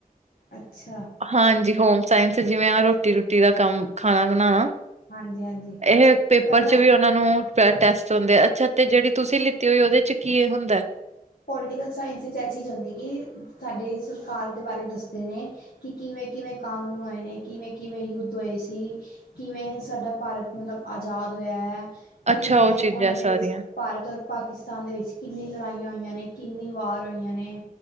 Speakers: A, on the left; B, on the right.
A: ਅੱਛਾ
B: ਹਾਂਜੀ ਹੋਮ ਸਾਇੰਸ ਜਿਵੇਂ ਰੋਟੀ ਰੂਟੀ ਦਾ ਕੰਮ ਖਾਣਾ ਬਣਾਣਾ
A: ਹਾਂਜੀ ਹਾਂਜੀ
B: ਇਹ ਇੱਕ ਪੇਪਰ
A: ਪਰ ਮੈਂ
B: ਚ ਵੀ ਨੂੰ ਟੈਸਟ ਹੁੰਦੇ ਅੱਛਾ ਤੇ ਜਿਹੜੀ ਤੁਸੀਂ ਲਿੱਤੀ ਹੋਈ ਉਹਦੇ ਚ ਕੀ ਹੁੰਦੈ
A: ਪੋਲੀਟੀਕਲ ਸਾਇੰਸ ਵਿੱਚ ਇਹ ਚੀਜ਼ ਹੋੰਦੀ ਕਿ ਸਾਡੇ ਸਰਕਾਰ ਦੇ ਬਾਰੇ ਦੱਸਦੇ ਨੇ ਕਿ ਕਿਵੇਂ ਕਿਵੇਂ ਕਾਨੂੰਨ ਹੋਏ ਨੇ ਕਿਵੇਂ ਕਿਵੇਂ ਯੁੱਧ ਹੋਏ ਸੀ ਕਿਵੇਂ ਸਾਡਾ ਭਾਰਤ ਮਤਲਬ ਆਜ਼ਾਦ ਹੋਇਆ ਹੈ ਕਿਵੇਂ
B: ਅੱਛਾ ਉਹ ਚੀਜ਼ਾਂ
A: ਉਹਨਾਂ ਦੇ
B: ਸਾਰੀਆਂ
A: ਵਿੱਚ ਭਾਰਤ ਔਰ ਪਾਕਿਸਤਾਨ ਦੇ ਵਿੱਚ ਕਿੰਨੀ ਲੜਾਈਆਂ ਹੋਈਆਂ ਨੇ ਕਿੰਨੀ ਵਾਰ ਹੋਈਆਂ ਨੇ